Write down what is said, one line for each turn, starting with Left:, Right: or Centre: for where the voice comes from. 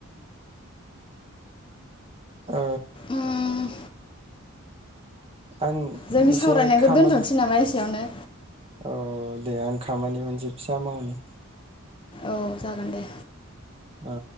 Right: ओ
Left: उम,
Right: आं
Left: जोंनि
Right: एसे
Left: सावरायनायखौ
Right: खामानि
Left: दोन्थनोसै नामा एसेयावनो
Right: औ दे आं खामानि मोनसे फिसा मावनि।
Left: औ जागोन दे
Right: आ